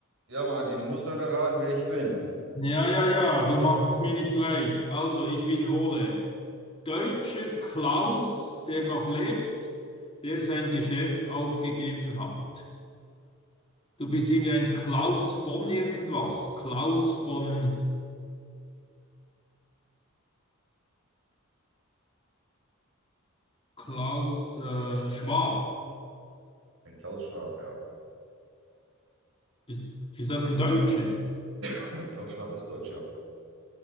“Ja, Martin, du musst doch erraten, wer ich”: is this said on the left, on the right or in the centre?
Right